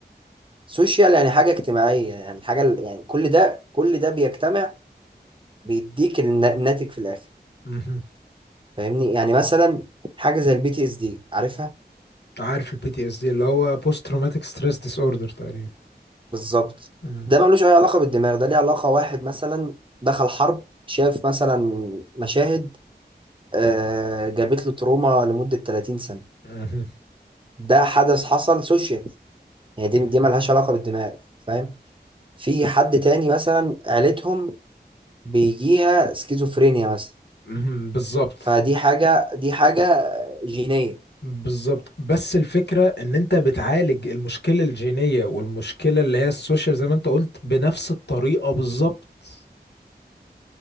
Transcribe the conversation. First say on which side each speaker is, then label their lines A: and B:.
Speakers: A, on the right; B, on the left.
A: سوشيال يعني حاجه اجتماعيه يعني حاجه يعني كل ده كل ده بيجتمع بيديك النا- الناتج في الاخر
B: مهم.
A: فاهمني يعني مثلا حاجه زي البي تي اس دي عارفها
B: عارف البي تي اس دي اللي هو بوست تروماتيك ستريس ديس اوردر تقريبا
A: بالظبط
B: مهم.
A: ده ملوش اي علاقه بالدماغ ده ليه علاقه واحد مثلا دخل حرب شاف مثلا مشاهد آه، جابت له تروما لمده 30 سنه
B: مهم.
A: ده حدث حصل سوشيال يعني دي
B: مهم.
A: دي ملهاش علاقه بالدماغ فاهم في حد تاني مثلا عيلتهم بيجيها سكيزوفرينيا مثلا
B: مهم. بالظبط
A: فدي حاجه دي حاجه جينيه
B: بالظبط بس الفكرة ان انت بتعالج المشكلة الجينية والمشكلة اللي هي السوشيال زي ما انت قلت بنفس الطريقة بالظبط